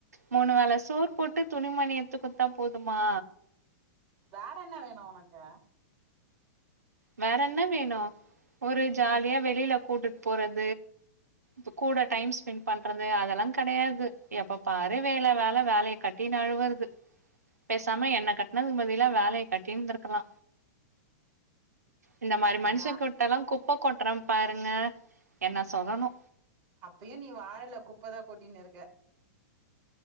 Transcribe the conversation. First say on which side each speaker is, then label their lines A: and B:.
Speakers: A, on the right; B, on the right.
A: மூணு வேல சோர் போட்டு துணி மனிஎத்துக்குட்த்தா போதுமா
B: வேற என்ன வேணு உனக்கு
A: வேற என்ன வேணு ஒரு ஜாலியா
B: நீ
A: வெளில கூட்டுட்டு போறத் தூ கூட டைம் ஸ்பெண்ட் பண்றது அதெல்லா கெடையாது எப்ப பாரு வேல வேல வேலைய கட்டின்னு அழுவுறது பேசாம என்ன கட்டினதுக்கு பதிலா வேலைய கட்டின்ருக்கலா இந்த மாரி மனுஷக்கு
B: வே
A: கிட்டெல்லா குப்ப குப்ப கொட்றே பாருங்க என்ன சொல்லணு
B: அப்பயு நீ வாழல குப்பையதா கொட்டின்னு இருக்க